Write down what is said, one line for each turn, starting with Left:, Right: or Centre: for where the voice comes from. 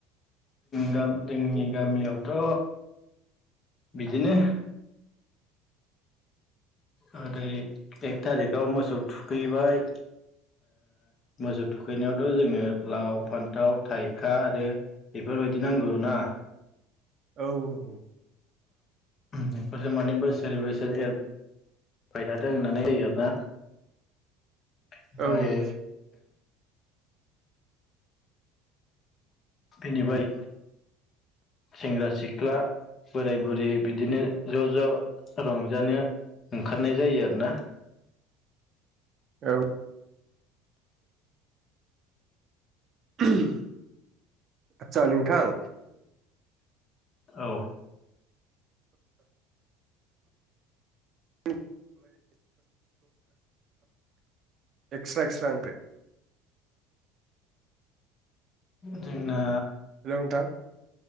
Left: जों जोंनि गामियावथ' बिदिनो ओरै एक थारिखाव मोसौ थुखैबाय मोसौ थुखैनायावथ' जोंनो लाव फान्थाव थाइखा आरो बेफोरबायदि नांगौ ना।
Right: औ औ
Left: बेफोरजों माने बोसोरै बोसोर एरबाय थादों होननानै आरोना ओमफ्राय
Right: औ औ
Left: बेनिफ्राय सेंग्रा सिख्ला बोराय बुरि बिदिनो ज' ज' रंजानो ओंखारनाय जायो आरोना
Right: औ <unintelligible> आतसा नोंथां
Left: औ
Right: <unintelligible> एक्सट्रा एक्सट्रा
Left: जोंना
Right: हेलौ नोंथां